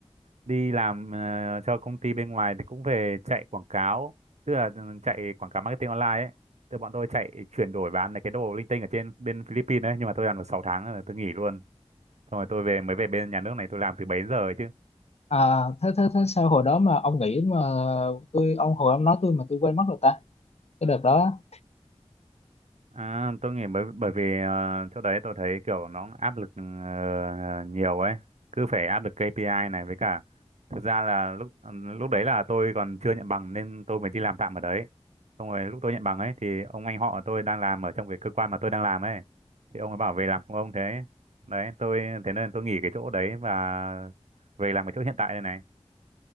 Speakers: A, on the right; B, on the left.
A: đi làm ờ, cho công ty bên ngoài thì cũng về chạy quảng cáo tức là ừ, chạy quảng cáo marketing online ấy tức bọn tôi chạy chuyển đổi bán cái đồ linh tinh ở trên bên Philippines ấy nhưng mà tôi làm được 6 tháng rồi tôi nghỉ luôn xong rồi tôi về mới về bên nhà nước này tôi làm từ 7 giờ ấy chứ
B: À, thế thế thế sao hồi đó mà ông nghĩ mà tôi ông hồi ông nói tôi mà tôi quên mất rồi ta cái đợt đó
A: À, tôi nghĩ bởi bởi vì ờ, chỗ đấy tôi thấy kiểu nó áp lực ờ, nhiều ấy, cứ phải áp lực KPI này với cả thực ra là lúc ờ, lúc đấy là tôi còn chưa nhận bằng nên tôi mới đi làm tạm ở đấy. Xong rồi lúc tôi nhận bằng ấy thì ông anh họ tôi đang làm ở trong cái cơ quan mà tôi đang làm ấy. Thì ông ấy bảo về làm cùng ông thế. Đấy, tôi thế nên tôi nghỉ cái chỗ đấy và về làm cái chỗ hiện tại đây này.